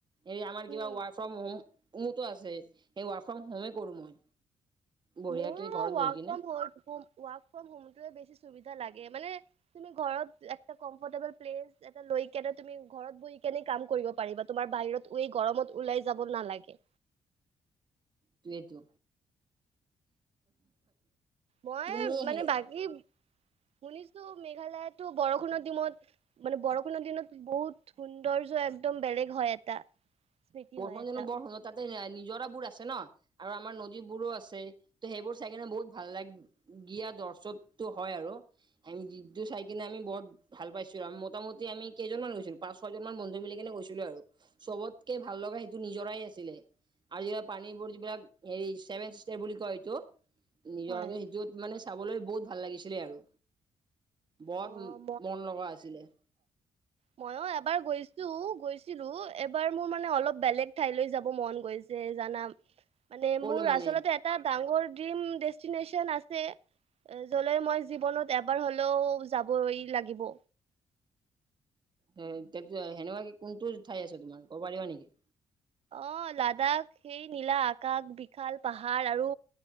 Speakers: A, on the right; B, on the right.
A: এই আমাৰ কিবা
B: উম
A: ৱক ফ্ৰম হোম উন্নত আছে সেই ৱাৰক ফ্ৰম হোমে কৰো মই বঢ়িয়াকে
B: মোৰো
A: ঘৰত
B: ৱৰ্ক
A: বহি কিনে
B: ফ্ৰ ৱৰ্ক ফ্ৰম হোমতে বেছি সুবিধা লাগ গে মান তুমি ঘৰত কম্পটেবোল প্ৰেছ এটা লৈ কে তুমি ঘৰত বহি কেনে কাম। কৰিব পাৰিবা তোমাৰ বাহিৰত গৰমত ওলাই যাব নালাগে।
A: তু এটো
B: মই
A: তুমি হে
B: মানে বাকী শুনিছো মেঘালয়তো বৰষুণৰ দিমত মানে বৰষুণৰ দিনত বহুত সৌন্দৰ্য একদম বেলেগ হয় এটা স্মৃতি
A: বৰষুণ
B: হয় এটা
A: জানো বৰ শুন তাতে যাইনি নিজৰা বোৰ আছে ন আৰু আমাৰ নদী বোৰো আছে ত সেইবোৰ চাই কিনে বহুত ভাল লাগিয়া তাৰ চৰ্ত হয় আৰু আমি যিটো চাই কিনে আমি বহুত ভাল পাইছো মটামতি আমি কেইজন গৈছিলো পাঁচ ছয়জন মান বন্ধু মিলি কেনে গৈছিলো আৰু চবতকে ভাল লগা সেইটো নিজৰাই আছিলে আৰু যিলাক পানী বোৰ যিবিলাক হেৰি চেভেন চিচতাৰ বুলি কয়সেটো নিজৰাটো
B: হয়
A: সেইটোত মানে চাবলৈ বহুত ভাল লাগিছিলে আৰু বত
B: অ
A: মন লগা আছিলে
B: ময়ো এবাৰ গৈছো গৈছিলো এবাৰ মোৰ মানে অলপ বেলেগ ঠাইলৈ যাব মন গৈছে জানাম মানে
A: ক'লৈ
B: মোৰ
A: মানে
B: আচলতে এটা ডাঙৰ ডিম ডেষ্টিনেচন আছে যলৈ মই জীৱনত এবাৰ হ'লেও যাবই লাগিব
A: হে এতিয়া কিয় সেনেকুৱা কি কোনটো ঠাই আছে তোমাৰ কব পাৰিবা নেকি?
B: অ লাডাখ সেই নীলা আকাশ বিশাল পাহাৰ আৰু